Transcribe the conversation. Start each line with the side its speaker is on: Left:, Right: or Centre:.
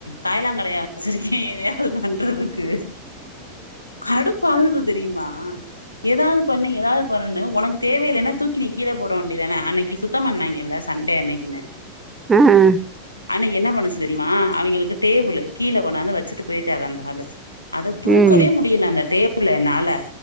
Left: காயலாங்கடையா வச்சுருக்கே எ பண்றதுக்கு கடுப்பாகுது தெரியுமா ஏதாவது பண்ணு ஏதாவது பண்ணு உனக்கு தேவையில்லைன்னா தூக்கி கீழே போட வேண்டியதானே அன்னைக்கு சுத்தம் பண்ணாய்ங்கல்ல சண்டே அன்னைக்குன்னு
Right: ஆ ஆ
Left: அண்ணகி என்ன பண்ணுச்சு தெரியுமா அவங்களுக்கு டேபிள்ளு கீழ கொண்ணாந்து வச்சுட்டு போயிட்டாரு அந்தாளு அத தூக்கவே
Right: ம்
Left: முடியல அந்த டேபிள என்னால